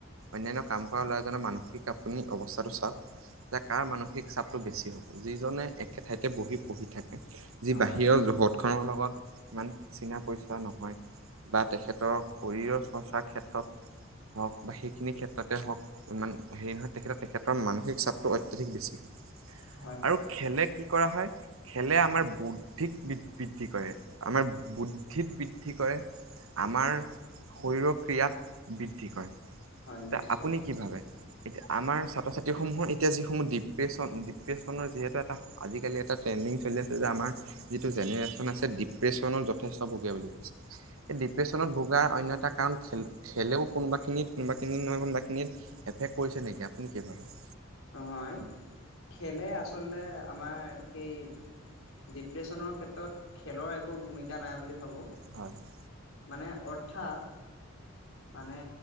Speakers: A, on the right; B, on the left.
A: অন্যান্য কাম কৰা ল'ৰা এজনৰ মানসিক আপুনি অৱস্থাটো চাওক। যে কাৰ মানসিক চাপটো বেছি হ'ব, যিজনে একেঠাইতে বহি পঢ়ি থাকে। যি
B: হয়
A: বাহিৰৰ জগত খনৰ লগত ইমান চনা পইচা নহয়, বা তেখেতৰ শৰীৰৰ চৰ্চাৰ ক্ষেত্ৰত হওক, বা সেইখিনি ক্ষেত্ৰতে হওক। ইমান হেৰি নহয়, তেখেতে তেখেতৰ মানসিক চাপটো অত্যাধিক বেছি হয়।
B: হয় হয়
A: আৰু খেলে কি কৰা হয়? খেলে আমাৰ বৌদ্ধিক বৃদ্ধি কৰে, আমাৰ বুদ্ধিত বৃদ্ধি কৰে। আমাৰ
B: হয়
A: শৰীৰৰ ক্ৰডিয়াত বৃদ্ধি কৰে,
B: হয়
A: এতিয়া
B: নিশ্চয়
A: আপুনি কি ভাবে? এতিয়া আমাৰ ছাত্ৰ ছাত্ৰীসমূহৰ এতিয়া যিসমূহ ডিপ্ৰেশ্যন ডিপ্ৰেশ্যনৰ যিহেতু এটা আজিকালি এটা ট্ৰেণ্ডিং চলি আছে যে আমাৰ যিটো
B: হয়
A: জেনেৰেশ্যন আছে, ডিপ্ৰেশ্যনত যথেষ্ট ভগীয়া বুলি কৈছে, সেই ডিপ্ৰেশ্যনত
B: হয়
A: ভ গাৰ অন্য এটা কাৰণ, খেলেও কোনোবাখিনিত কোনোবাখিনিত নহয় কোনোবাখিনিত এফেক্ট কৰিছে নেকি, আপুনি কি ভাবে?
B: নহয়, খেলে আচলতে আমাৰ সেই ডিপ্ৰেশ্যনৰ ক্ষেত্ৰত খেলৰ একো ভূমিকা নাই বুলি ভাবোঁ।
A: হয় হয়
B: মানে অৰ্থাৎ মানে